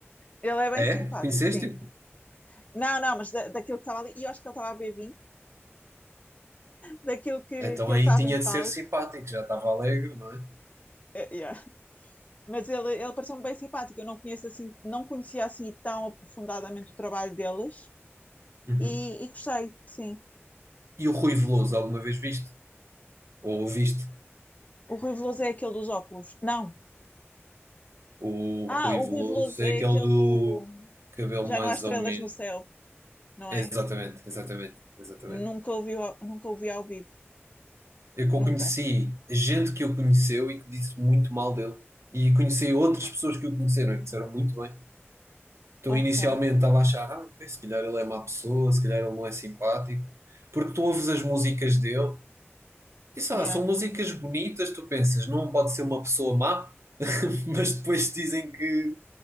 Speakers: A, on the left; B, on the right.
A: Ele é bem
B: É?
A: simpático,
B: Conheceste-o?
A: sim. Não, não, mas da, daquilo que estava ali, e eu acho que ele estava a beber vinho, daquilo que,
B: Então
A: que ele
B: aí
A: estava
B: tinha
A: em palco,
B: de ser simpático, já estava alegre, não é?
A: eh, yeah. mas ele, ele pareceu-me bem simpático. Eu não conheço assim, não conhecia assim tão aprofundadamente o trabalho deles
B: Uhum.
A: e, e gostei, sim.
B: E o Rui Veloso, alguma vez viste? Ou ouviste?
A: O Rui Veloso é aquele dos óculos. Não.
B: O
A: Ah,
B: Rui
A: o
B: Veloso
A: Rui Veloso
B: é
A: é
B: aquele
A: aquele
B: do
A: do
B: cabelo
A: Já
B: mais
A: não há estrelas
B: ou menos.
A: no céu, não
B: Exatamente,
A: é?
B: exatamente, exatamente.
A: Nunca ouvi, ao- nunca ouvi ao vivo,
B: Eu co-
A: nunca.
B: conheci gente que o conheceu e que disse muito mal dele. E conheci outras pessoas que o conheceram e que disseram muito bem. Então,
A: Ok.
B: inicialmente estava a achar, ah, ok, se calhar ele é má pessoa, se calhar ele não é simpático. Porque tu ouves as músicas dele e sei
A: Yeah,
B: lá, são músicas bonitas, tu pensas, não pode ser uma pessoa má, <laughs> mas depois dizem que